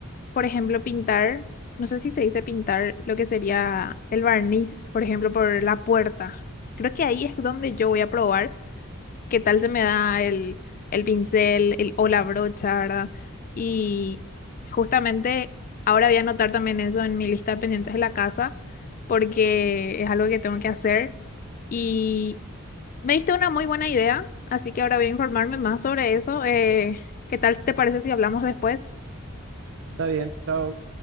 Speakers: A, on the left; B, on the right.
A: por ejemplo, pintar, no sé si se dice pintar lo que sería el barniz, por ejemplo, por la puerta. Creo que ahí es donde yo voy a probar qué tal se me da el, el pincel el, o la brocha, ¿verdad? Y justamente ahora voy a anotar también eso en mi lista de pendientes de la casa, porque es algo que tengo que hacer. Y me diste una muy buena idea, así que ahora voy a informarme más sobre eso. Eh, ¿qué tal te parece si hablamos después?
B: Está bien, chao.